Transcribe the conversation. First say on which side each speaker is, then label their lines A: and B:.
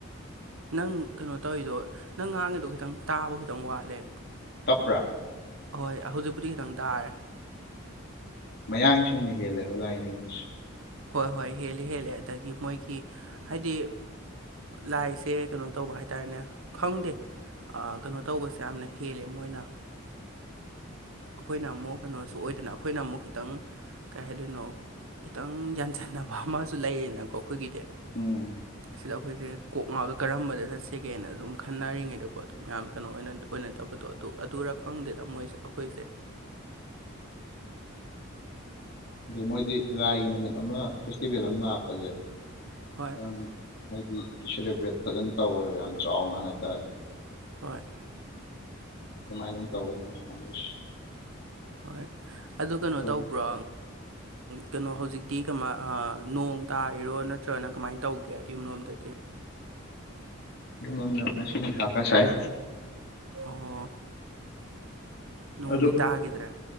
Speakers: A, on the right (about 75°); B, on the left (about 55°).
A: ꯅꯪ ꯀꯩꯅꯣ ꯇꯧꯔꯤꯗꯣ ꯅꯪ ꯉꯥꯡꯉꯤꯗꯣ ꯈꯤꯇꯪ ꯇꯥꯕ ꯈꯤꯇꯪ ꯋꯥꯠꯂꯦ
B: ꯇꯞꯄ꯭ꯔ
A: ꯍꯣꯏ ꯍꯧꯖꯤꯛꯄꯨꯗꯤ ꯈꯤꯇꯪ ꯇꯥꯔꯦ
B: ꯃꯌꯥꯡꯁꯤꯡꯅ ꯍꯦꯜꯂꯦꯕ ꯂꯥꯏ ꯅꯤꯡꯕꯁꯤ
A: ꯍꯣꯏ- ꯍꯣꯏ ꯍꯦꯜꯂꯦ -ꯍꯦꯜꯂꯦ ꯑꯗꯒꯤ ꯃꯣꯏꯒꯤ ꯍꯥꯏꯗꯤ ꯂꯥꯏꯁꯦ ꯀꯩꯅꯣ ꯇꯧꯕ ꯍꯥꯏ ꯇꯥꯔꯦꯅꯦ ꯈꯪꯗꯦ ꯀꯩꯅꯣ ꯇꯧꯕꯁꯦ ꯌꯥꯝꯅ ꯍꯦꯜꯂꯦ ꯃꯣꯏꯅ ꯑꯩꯈꯣꯏꯅ ꯑꯃꯨꯛ ꯀꯩꯅꯣꯁꯨ ꯑꯣꯏꯗꯅ ꯑꯩꯈꯣꯏꯅ ꯑꯃꯨꯛ ꯈꯤꯇꯪ ꯀꯩ ꯍꯥꯏꯗꯣꯏꯅꯣ ꯈꯤꯇꯪ ꯌꯥꯟꯁꯟꯅꯕ ꯑꯃꯁꯨ ꯂꯩꯌꯦꯅꯀꯣ ꯑꯩꯈꯣꯏꯒꯤꯗꯤ
B: ꯎꯝ
A: ꯁꯤꯗ ꯑꯩꯈꯣꯏꯁꯦ ꯀꯣꯛ ꯉꯥꯎꯗ ꯀꯔꯝꯕꯗ ꯆꯠꯁꯤꯒꯦꯅ ꯑꯗꯨꯝ ꯈꯟꯅꯔꯤꯉꯩꯗꯀꯣ ꯑꯗꯨ ꯌꯥꯝ ꯀꯩꯅꯣ ꯑꯣꯏꯅ ꯑꯣꯏꯅꯗꯕꯗꯣ ꯑꯗꯨ ꯑꯗꯨꯔ ꯈꯪꯗꯦꯗ ꯃꯣꯏꯁꯦ ꯑꯩꯈꯣꯏꯁꯦ
B: ꯃꯣꯏꯗꯤ ꯂꯥꯏꯒꯤ ꯅꯨꯃꯤꯠ ꯑꯃ ꯐꯦꯁꯇꯤꯚꯦꯜ ꯑꯃ ꯂꯥꯛꯄꯖꯦ
A: ꯍꯣꯏ
B: ꯌꯥꯝ ꯍꯥꯏꯗꯤ ꯁꯦꯂꯦꯕ꯭ꯔꯦꯠ ꯐꯖꯅ ꯇꯧꯋꯦꯕ ꯌꯥꯝ ꯆꯥꯎꯅ ꯍꯥꯏꯇꯥꯔꯦ
A: ꯍꯣꯏ
B: ꯑꯗꯨꯃꯥꯏꯅ ꯑꯗꯨꯝ ꯇꯧꯋꯦ ꯃꯣꯏ ꯀꯥꯡꯒꯨꯁꯤ
A: ꯍꯣꯏ ꯑꯗꯨ ꯀꯩꯅꯣ
B: ꯑꯩꯈꯣꯏ
A: ꯇꯧꯕ꯭ꯔꯣ ꯀꯩꯅꯣ ꯍꯧꯖꯤꯛꯇꯤ ꯀꯃ ꯑ ꯅꯣꯡ ꯇꯥꯔꯤꯔꯣ ꯅꯠꯇ꯭ꯔꯒꯅ ꯀꯃꯥꯏ ꯇꯧꯒꯦ ꯌꯨꯝꯂꯣꯝꯗꯗꯤ
B: ꯌꯨꯝꯂꯣꯝꯗ ꯉꯁꯤ ꯅꯨꯡꯁꯥ ꯈꯔ ꯁꯥꯏ
A: ꯑꯣ ꯅꯣꯡꯗꯤ
B: ꯑꯗꯨꯝ
A: ꯇꯥꯒꯤꯗ꯭ꯔꯦ